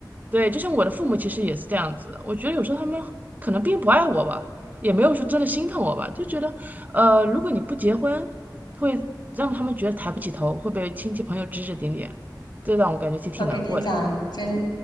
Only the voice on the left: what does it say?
我跟你讲，真